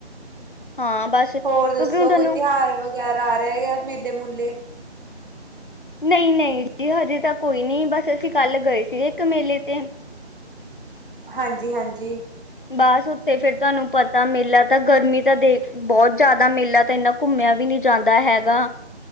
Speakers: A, on the left (about 50°); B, on the right (about 50°).
A: ਹਾਂ ਬਸ ਕਿਉਂਕਿ
B: ਹੋਰ ਦੱਸੋ
A: ਹੁਣ ਤੁਹਾਨੂੰ
B: ਕੋਈ ਤਿਉਹਾਰ ਵ ਬਗੈਰ ਆ ਰਿਹਾ ਹੈਗਾ ਮੇਲੇ ਮੂਲੇ
A: ਨਹੀਂ ਨਹੀਂ ਜੀ ਹਜੇ ਤਾਂ ਕੋਈ ਨਹੀਂ ਬਸ ਅਸੀਂ ਕੱਲ ਗਏ ਸੀਗੇ ਇੱਕ ਮੇਲੇ ਤੇ
B: ਹਾਂਜੀ ਹਾਂਜੀ
A: ਬਸ, ਉੱਥੇ ਫੇਰ ਤੁਹਾਨੂੰ ਪਤਾ ਮੇਲਾ ਤਾਂ ਗਰਮੀ ਤਾਂ ਦੇਖ ਬਹੁਤ ਜ਼ਿਆਦਾ ਮੇਲਾ ਤਾਂ ਇੰਨਾ ਘੁੰਮਿਆ ਵੀ ਨਹੀਂ ਜਾਂਦਾ ਹੈਗਾ।